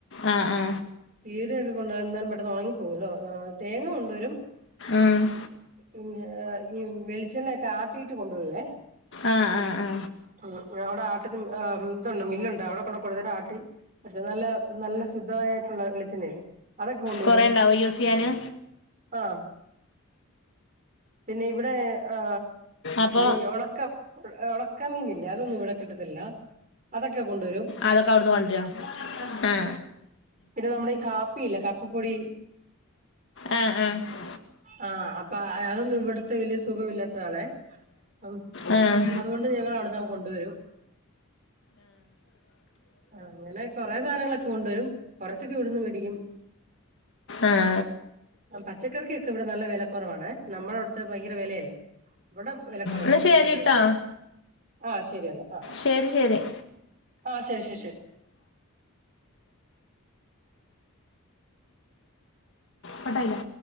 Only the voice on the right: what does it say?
ചീരയൊക്കെ കൊണ്ടുവന്നാല് പെട്ടെന്ന് ഒണങ്ങിപ്പോകല്ലോ തേങ്ങ കൊണ്ടുവരും
പിന്നെ ഈ വെളിച്ചെണ്ണയ ഒക്കെ ആട്ടീട്ട് കൊണ്ടുവരുവേ
ഉം അവിടെ ആട്ടിന്ന ആ ഇതൊണ്ട് മില്ലൊണ്ട് അവിടെ കൊണ്ട കൊടുത്തിട്ട് ആട്ടി അടുത്തെ നല്ല നല്ല ശുദ്ധവായിട്ടുള്ള വെളിച്ചെണ്ണല്ലേ അതൊക്കെ കൊണ്ടുവരും.
ആ പിന്നെ ഇവിടെ ആ
ഈ ഒണക്ക ഒണക്കമീനില്ലേ അതൊന്നും ഇവിടെ കിട്ടത്തില്ല അതൊക്കെ കൊണ്ടുവരും.
പിന്നെ നമ്മുടെ ഈ കാപ്പിയില്ലേ കാപ്പിപ്പൊടി?
ആ അപ്പൊ അ അതൊന്നും ഇവിടെ ത്തേ വലിയ സുഖം ഇല്ലാത്തതാണെ അം
അതുകൊണ്ട് ഞങ്ങളവിടന്ന് കൊണ്ടുവരും. ആ അങ്ങനെ കൊറേ സാധനങ്ങളൊക്കെ കൊണ്ടുവരും കൊറച്ചൊക്കെ ഇവിടുന്ന് മേടിക്കും.
ആ പച്ചക്കറിക്ക് ഇവിടെ നല്ല വില കുറവാണെ നമ്മുടെ അടുത്ത്‌ ഭയങ്കര വെലയല്ലേ? ഇവിടെ വെലക്കൊറവാ
പച്ചക്കറിക്ക്. ആ ശരിയന്നാ ആ.
ആ ശരി ശരി ശരി.